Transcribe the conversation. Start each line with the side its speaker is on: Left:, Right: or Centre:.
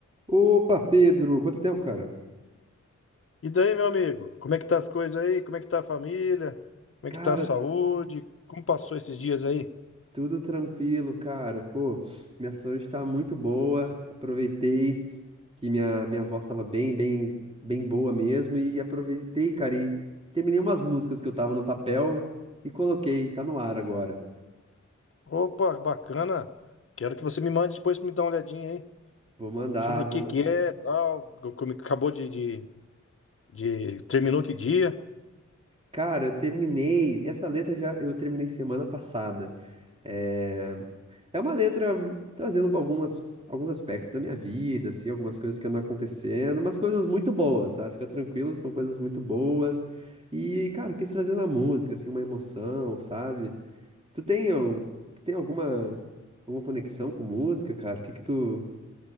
Right: Opa, Pedro, quanto tempo, cara?
Left: E daí, meu amigo? Como é que tá as coisas aí? Como é que tá a família? Como
Right: Cara,
Left: é que tá a saúde? Como passou esses dias aí?
Right: tudo tranquilo, cara. Pô, minha saúde tá muito boa. Aproveitei que minha, minha voz tava bem, bem, bem boa mesmo. E aproveitei, cara, e terminei umas músicas que eu tava no papel e coloquei. Tá no ar agora.
Left: Opa, bacana. Quero que você me mande depois pra me dar uma olhadinha aí
Right: Vou mandar,
Left: sobre
Right: vou
Left: o que
Right: mandar.
Left: que é, tal, como que acabou de, de, de- terminou que dia.
Right: Cara, eu terminei. Essa letra já eu terminei semana passada. É, é uma letra trazendo algumas, alguns aspectos da minha vida, assim, algumas coisas que andam acontecendo, umas coisas muito boas, sabe? Fica tranquilo, são coisas muito boas. E, cara, eu quis trazer na música, assim, uma emoção, sabe? Tu tem, al- tu tem alguma, alguma conexão com música, cara? O que que tu,